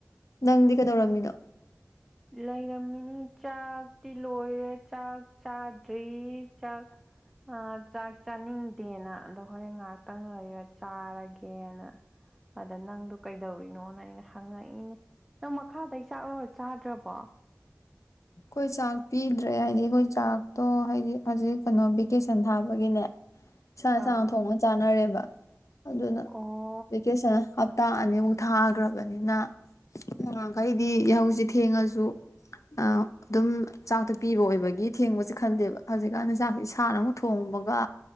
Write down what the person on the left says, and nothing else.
ꯅꯪꯗꯤ ꯀꯩꯗꯧꯔꯝꯃꯤꯅꯣ
ꯑꯈꯣꯏ ꯆꯥꯛ ꯄꯤꯗ꯭ꯔꯦ ꯍꯥꯏꯗꯤ ꯑꯈꯣꯏ ꯆꯥꯛꯇꯣ ꯍꯥꯏꯗꯤ ꯍꯧꯖꯤꯛ ꯀꯩꯅꯣ ꯚꯦꯀꯦꯁꯟ ꯊꯥꯕꯒꯤꯅꯦ ꯏꯁꯥ
ꯏꯁꯥꯅ ꯊꯣꯡꯉꯒ ꯆꯥꯅꯔꯦꯕ ꯑꯗꯨꯅ
ꯚꯦꯀꯦꯁꯟ ꯍꯞꯇꯥ ꯑꯅꯤꯃꯨꯛ ꯊꯥꯈ꯭ꯔꯕꯅꯤꯅ ꯅꯌꯍꯥꯟꯈꯩꯗꯤ ꯌꯥꯍꯧꯁꯤ ꯊꯦꯡꯉꯁꯨ ꯑ ꯑꯗꯨꯝ ꯆꯥꯛꯇꯣ ꯄꯤꯕ ꯑꯣꯏꯕꯒꯤ ꯊꯦꯡꯕꯁꯦ ꯈꯟꯗꯦꯕ ꯍꯧꯖꯤꯛꯀꯥꯟꯗꯤ ꯆꯥꯛꯁꯤ ꯏꯁꯥꯅ ꯑꯃꯨꯛ ꯊꯣꯡꯕꯒ